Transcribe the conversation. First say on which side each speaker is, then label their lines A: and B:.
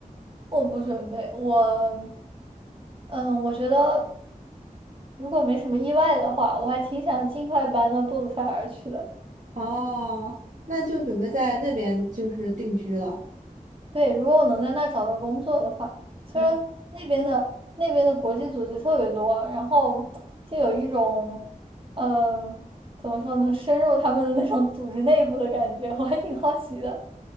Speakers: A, on the right; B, on the right.
A: 我不准备，我，嗯，我觉得如果没什么意外的话，我还挺想尽快搬到布鲁塞尔去的。
B: 哦，那就准备在那边就是定居了。
A: 对，如果我能在那儿找到工作的话，虽然那边的那边的国际组织特别多，
B: 嗯，
A: 然后就有一种，嗯，怎么说呢，深入他们的那种组织内部的感觉，我还挺好奇的。